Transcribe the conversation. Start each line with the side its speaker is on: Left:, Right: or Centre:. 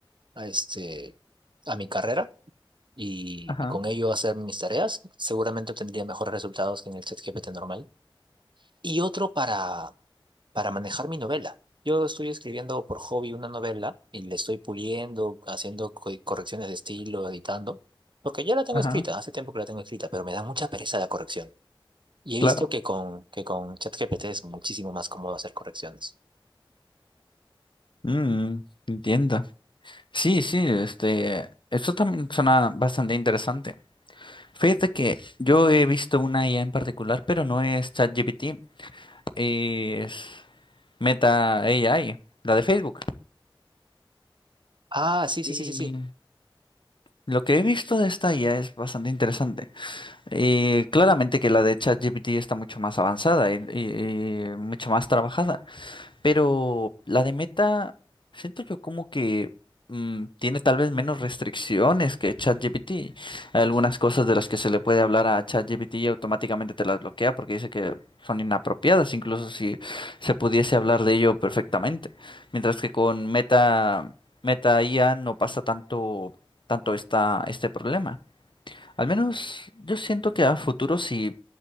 Right: a este, a mi carrera y,
Left: Ajá,
Right: y con ello hacer mis tareas. Seguramente obtendría mejores resultados que en el ChatGPT normal. y otro para, para manejar mi novela. Yo estoy escribiendo por hobby una novela y le estoy puliendo, haciendo co- correcciones de estilo, editando, porque ya la tengo
Left: ajá,
Right: escrita, hace tiempo que la tengo escrita, pero me da mucha pereza la corrección. Y he
Left: claro.
Right: visto que con, que con ChatGPT es muchísimo más cómodo hacer correcciones.
Left: Mm, entiendo. Sí, sí, este, eso también suena bastante interesante. Fíjate que yo he visto una IA en particular, pero no es ChatGPT, es Meta AI, la de Facebook.
Right: Ah, sí, sí,
Left: Y
Right: sí, sí, sí.
Left: lo que he visto de esta IA es bastante interesante. Y claramente que la de ChatGPT está mucho más avanzada y, y- y mucho más trabajada. Pero la de Meta, siento yo como que mm, tiene tal vez menos restricciones que ChatGPT. Hay algunas cosas de las que se le puede hablar a ChatGPT y automáticamente te las bloquea porque dice que son inapropiadas, incluso si se pudiese hablar de ello perfectamente. Mientras que con Meta, Meta IA no pasa tanto, tanto esta, este problema. Al menos yo siento que a futuro si